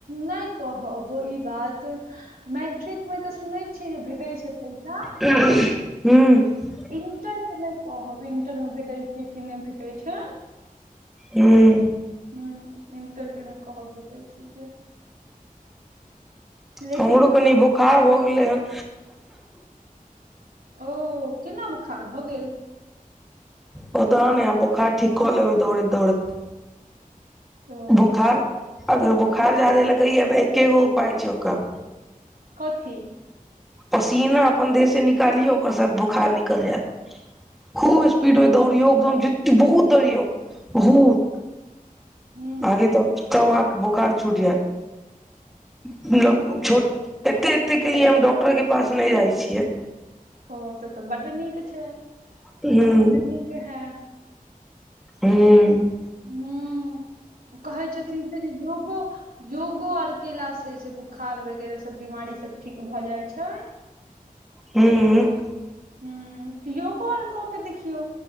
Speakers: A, on the right (about 80°); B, in the centre.
A: नहि कहब ई बात मैट्रिक मे तऽ सुनै छियै जे भेटै छै पैसा
B: हूँ
A: इंटर केँ नहि कहब इंटर मे भेटै छै कि नहि भेटै छै
B: हूँ
A: हुँ इंटर केँ नइ कहब भेतै छै जे लेकिन
B: हमरो कनि बोखार हो गेलै हन
A: ओ केना बोखार भऽ गेल
B: पता नइ आब बोखार ठीक कऽ लेबै दौड़ैत दौड़ैत
A: ओ
B: बोखार अगर बोखार जादे लगैय तऽ एके गो उपाय छै ओकर
A: कथी
B: पसीना अपन देह से निकालियौ ओकर साथ बोखार निकल जायत खूब स्पीड मे दौड़ियौ एकदम जेते बहुत दौड़ियौ बहुत
A: ह
B: आगे तऽ तब अहाँकेँ बोखार छूट जायत मतलब
A: तऽ बुक-
B: छोट एते एते केँ लिए हम डॉक्टर केँ पास नहि जाय छियै
A: हँ तब तऽ बड्ड नीक छै
B: हूं
A: तऽ बड्ड नीक है
B: हूँ
A: हुँ कहैय छथिन से जे योगो योगो आर केलासँ से बोखार वगैरह सब बीमारी सब ठीक भऽ जाइ छै
B: हूँ
A: हूँ त योगो आर कऽ केँ देखियौ